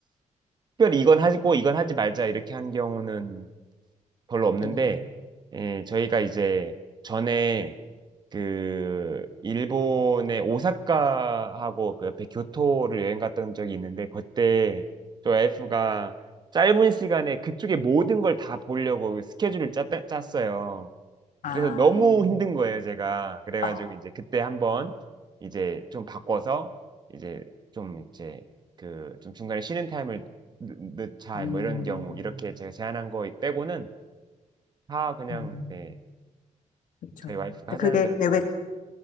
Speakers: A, on the right; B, on the left.
A: 특별히 이건 하고 이건 하지 말자 이렇게 한 경우는 별로 없는데,
B: 네.
A: 예, 저희가 이제 전에 그 일본의 오사카하고 그 옆에 교토를 여행 갔던 적이 있는데, 그때 저 와이프가 짧은 시간에 그쪽에 모든 걸 다 보려고 그 스케줄을 짰, 짰어요.
B: 아,
A: 그래서 너무 힘든 거예요, 제가. 그래가지고
B: 아,
A: 이제 그때 한번 이제 좀 바꿔서 이제 좀 이제 그 좀 중간에 쉬는 타임을 넣- 넣자
B: 음,
A: 뭐 이런 경우 이렇게 제가 제안한 거 빼고는 다 그냥
B: 음,
A: 네
B: 그쵸.
A: 저희 와이프가
B: 근데
A: 하자는
B: 그게
A: 대로 다
B: 계획,
A: 하고 있어요.